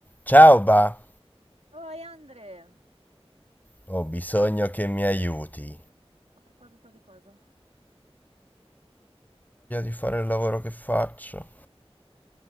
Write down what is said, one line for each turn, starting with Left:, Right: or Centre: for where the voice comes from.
Left: Ciao ba,
Right: Oi Andre,
Left: ho bisogno che mi aiuti.
Right: a proposito di cosa?
Left: Per il lavoro che ho.